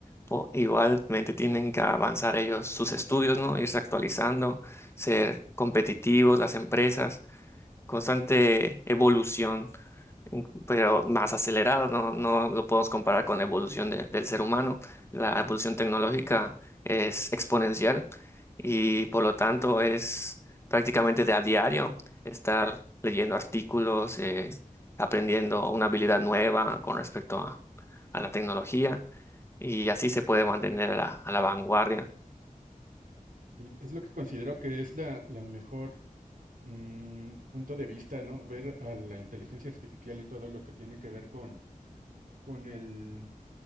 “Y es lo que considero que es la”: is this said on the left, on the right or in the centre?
Right